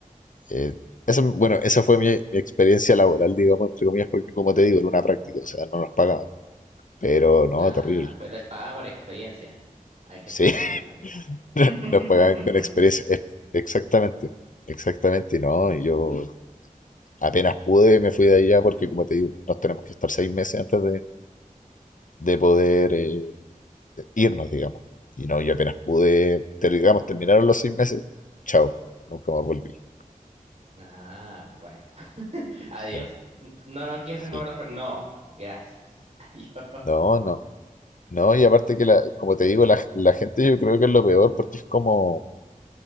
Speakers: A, on the left (about 65°); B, on the right (about 50°).
A: eh, esa, bueno, esa fue mi, mi experiencia laboral, digamos, entre comillas, porque como te digo, era una práctica, o sea, no nos pagaban. Pero no,
B: Ah,
A: terrible.
B: pero les pagaban con experiencia. Hay que
A: Sí,
B: sonreír de la vida. <laughs>
A: <laughs> nos pagaban con experiencia. Es- Exactamente, exactamente, no. Y yo apenas pude, me fui de allá porque, como te digo, nos tenemos que estar seis meses antes de, de poder eh, irnos, digamos. Y no, yo apenas pude, te- digamos, terminaron los seis meses, chao, nunca más volví.
B: Nah, bueno. <laughs> Adiós.
A: Sí,
B: N- No, no quieres
A: sí.
B: renovar las... per- No, gracias. <laughs> Adiós.
A: No, no. No, y aparte que, la, como te digo, la, la gente yo creo que es lo peor porque es como